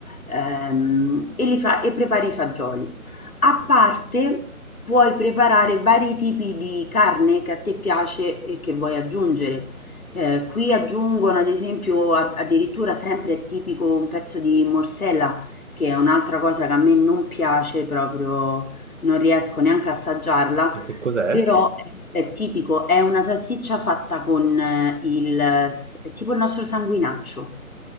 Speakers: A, on the left; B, on the right.
A: ehm, e, li fa- e prepari i fagioli. A parte puoi preparare vari tipi di carne che a te piace e che vuoi aggiungere. Eh, qui aggiungono ad esempio a- addirittura sempre è tipico un pezzo di morsella, che è un'altra cosa che a me non piace proprio, non riesco neanche a assaggiarla
B: E che cos'è?
A: però è, è tipico, è una salsiccia fatta con eh, il, s- è tipo il nostro sanguinaccio.